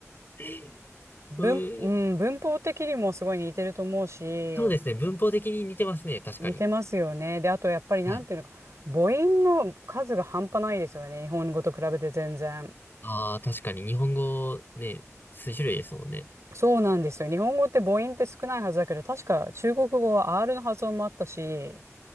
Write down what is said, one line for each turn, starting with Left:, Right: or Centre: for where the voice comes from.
Left: <laughs>
Right: 文、
Left: うーん。
Right: うん、文法的にもすごい似てると思うし、
Left: そうですね。文法的に似てますね。確かに。
Right: 似てますよね。で、あとやっぱりなんていうのか、
Left: はい。
Right: 母音の数が半端ないですよね。日本語と比べて全然。
Left: ああ、確かに。日本語ね、数種類ですもんね。
Right: そうなんですよ。日本語って母音って少ないはずだけど、確か中国語は R の発音もあったし、